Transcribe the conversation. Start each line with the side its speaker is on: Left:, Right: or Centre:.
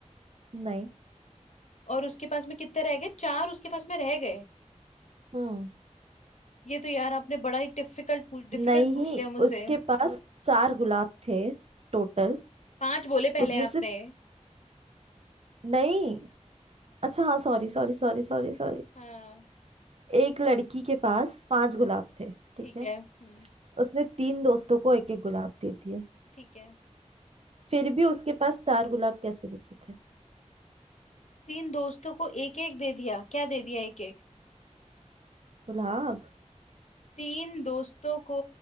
Right: नहीं
Left: और उसके पास में कितने रह गए चार उसके पास में रह गए
Right: हम्म
Left: ये तो यार आपने बड़ा ही डिफिकल्ट डिफिकल्ट
Right: नहीं
Left: पूछ लिया मुझसे
Right: उसके पास चार गुलाब थे टोटल
Left: पांच बोले पहले
Right: उसमें
Left: आपने
Right: से नहीं अच्छा हाँ sorry sorry sorry sorry sorry
Left: हाँ
Right: एक लड़की के पास पांच गुलाब थे ठीक
Left: ठीक
Right: है
Left: है हम्म
Right: उसने तीन दोस्तों को एक एक गुलाब दे दिया
Left: ठीक है
Right: फिर भी उसके पास चार गुलाब कैसे बचे थे
Left: तीन दोस्तों को एक एक दे दिया क्या दे दिया एक
Right: गुलाब
Left: तीन दोस्तों को